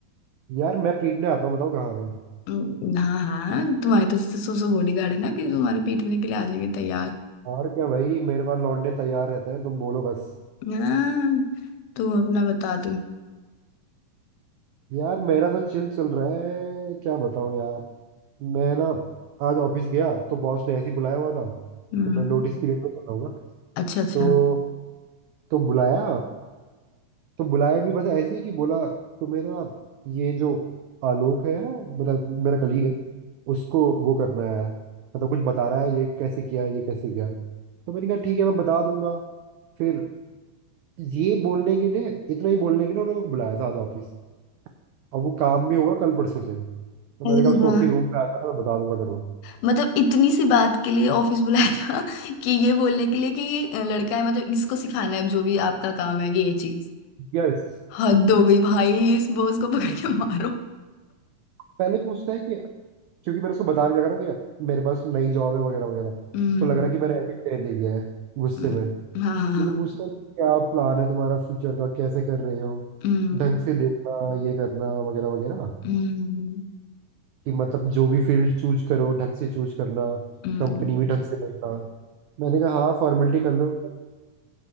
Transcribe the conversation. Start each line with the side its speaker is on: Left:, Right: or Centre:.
Right: यार मैं पीटने आता हूँ बताओ कहाँ है
Left: हम्म, हाँ हाँ तुम्हारे तो जैसे सो सो बॉडीगार्ड है ना कि तुम्हारे पीटने के लिए आ जाएंगे तैयार
Right: और क्या भाई मेरे पास लौटने तैयार रहते हैं तुम बोलो बस
Left: हाँ तुम अपना बता दो
Right: यार मेरा तो चिल चल रहा है क्या बताऊं यार मैं ना आज ऑफिस गया तो बॉस ने ऐसे ही बुलाया हुआ था
Left: हम्म
Right: तो मैं नोटिस पीरियड में चला हूँ ना,
Left: अच्छा अच्छा
Right: तो तो बुलाया तो बुलाया भी बस ऐसे ही कि बोला तुम्हें ना ये जो आलोक है मतलब मेरा कलीग है उसको वो करना है मतलब कुछ बता रहा है ये कैसे किया ये कैसे किया तो मैंने कहा ठीक है मैं बता दूंगा फिर ये बोलने के लिए इतना ही बोलने के लिए उन्होंने मेरे को बुलाया था आज ऑफिस अब वो काम भी होगा कल परसों से तो
Left: अरे
Right: मैंने कहा
Left: भगवान
Right: उसको कि रूम पे आ जाना मैं बता दूंगा तेरे को
Left: मतलब इतनी सी बात के लिए ऑफिस बुलाया था <laughs> कि ये बोलने के लिए कि ये लड़का है मतलब इसको सिखाना है अब जो भी आपका काम है ये चीज
Right: यस
Left: हद हो गई भाई इस बॉस को पकड़ के मारो
Right: पहले पूछता है कि क्योंकि मैंने उसको बता नहीं लगा ना कि मेरे पास नई जॉब है वगैरह वगैरह
Left: हम्म
Right: उसको लग रहा है कि मैंने एडिट कर दे दिया है गुस्से
Left: हम्म,
Right: में
Left: हाँ हाँ
Right: मुझे
Left: हाँ
Right: पूछता है कि क्या प्लान है तुम्हारा फ्यूचर का कैसे कर रहे हो
Left: हम्म
Right: ढंग से देखना ये करना वगैरह वगैरह
Left: हम्म हम्म, हम्म।
Right: कि मतलब जो भी फील्ड चूज करो ढंग से चूज करना
Left: हम्म,
Right: कंपनी भी ढंग से देखना मैंने कहा हाँ फॉर्मेलिटी कर लो